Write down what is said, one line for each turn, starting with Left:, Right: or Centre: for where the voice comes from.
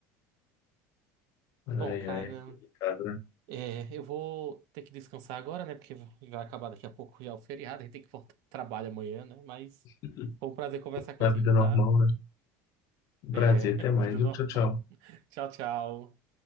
Left: ai,
Right: Bom, cara,
Left: ai, é complicado, né?
Right: é, eu vou ter que descansar agora, né? Porque vai acabar daqui a pouco já o feriado, <laughs> a gente tem que voltar ao trabalho amanhã, né? Mas
Left: <laughs>
Right: foi um prazer conversar contigo,
Left: Na vida normal,
Right: tá?
Left: né? Um
Right: É,
Left: Prazer, até
Right: <laughs>
Left: mais,
Right: vida
Left: viu?
Right: normal.
Left: tchau, tchau.
Right: Tchau, tchau.